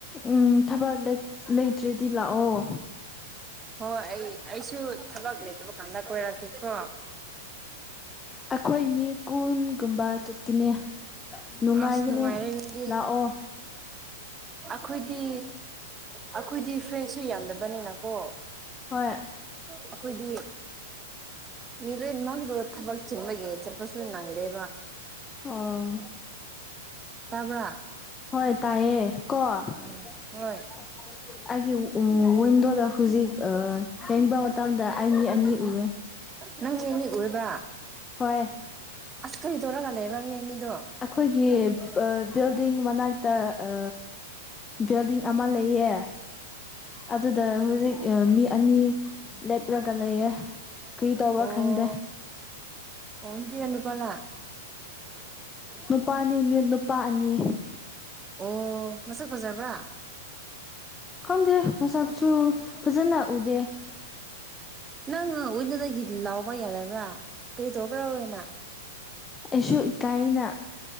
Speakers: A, on the left; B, on the right.
A: ꯎꯝ ꯊꯕꯛ ꯂꯩꯇ꯭ꯔꯦꯗꯤ ꯂꯥꯛꯑꯣ
B: ꯍꯣꯏ ꯑꯩ ꯑꯩꯁꯨ ꯊꯕꯛ ꯂꯩꯇꯕ ꯀꯥꯟꯗ ꯀꯣꯏꯔꯛꯀꯦꯀꯣ
A: ꯑꯩꯈꯣꯏ ꯃꯤ ꯀꯨꯟꯒꯨꯝꯕ ꯆꯠꯈꯤꯅꯦ ꯅꯨꯡꯉꯥꯏꯒꯅꯦ
B: ꯑꯁ ꯅꯨꯡꯉꯥꯏꯔꯦ ꯑꯗꯨꯗꯤ
A: ꯂꯥꯛꯑꯣ
B: ꯑꯩꯈꯣꯏꯗꯤ ꯑꯩꯈꯣꯏꯗꯤ ꯐ꯭ꯔꯦꯟꯁꯁꯨ ꯌꯥꯝꯗꯕꯅꯤꯅꯀꯣ
A: ꯍꯣꯏ
B: ꯑꯩꯈꯣꯏꯗꯤ ꯃꯤ ꯂꯣꯏꯃꯛꯗꯨꯣ ꯊꯕꯛ ꯆꯤꯟꯕꯒꯤꯡ ꯆꯠꯄꯁꯨ ꯅꯪꯗꯦꯕ
A: ꯑꯣ
B: ꯇꯥꯕ꯭ꯔꯥ
A: ꯍꯣꯏ ꯇꯥꯏꯑꯦ ꯀꯣ ꯑꯩꯒꯤ
B: ꯎꯝ ꯍꯣꯏ
A: ꯋꯤꯟꯗꯣꯗ ꯍꯧꯖꯤꯛ ꯍ‌ꯦꯡꯕ ꯃꯇꯝꯗ ꯑꯩ ꯃꯤ ꯑꯅꯤ ꯎꯏ
B: ꯅꯪ ꯃꯤ ꯑꯅꯤ ꯎꯌꯦꯕ
A: ꯍꯣꯏ
B: ꯑꯁ ꯀꯔꯤ ꯇꯧꯔꯒ ꯂꯩꯕ꯭ꯔꯥ ꯃꯤ ꯑꯅꯤꯗꯣ
A: ꯑꯩꯈꯣꯏꯒꯤ ꯕꯤꯜꯗꯤꯡ ꯃꯅꯥꯛꯇ ꯑ ꯕꯤꯜꯗꯤꯡ ꯑꯃ ꯂꯩꯌꯦ ꯑꯗꯨꯗ ꯍꯧꯖꯤꯛ ꯃꯤ ꯑꯅꯤ ꯂꯦꯞꯔꯒ ꯂꯩꯌꯦꯦ ꯀꯔꯤ ꯇꯧꯕ
B: ꯑꯣ
A: ꯈꯪꯗꯦ
B: ꯑꯣ ꯅꯨꯄꯤꯔ ꯅꯤꯄꯥꯔ
A: ꯅꯨꯄꯥꯅꯤ ꯅꯨꯄꯥ ꯑꯅꯤ
B: ꯑꯣ ꯃꯁꯛ ꯐꯖꯕ꯭ꯔꯥ
A: ꯈꯪꯗꯦ ꯃꯁꯛꯁꯨ ꯐꯖꯅ ꯎꯗꯦ꯫
B: ꯅꯪ ꯑꯣꯏꯅꯗꯒꯤ ꯂꯥꯎꯕ ꯌꯥꯗꯕ꯭ꯔꯥ ꯀꯔꯤ ꯇꯧꯕ꯭ꯔꯥꯅ ꯑ‌ꯣꯏꯅ
A: ꯑꯩꯁꯨ ꯏꯀꯥꯏꯅ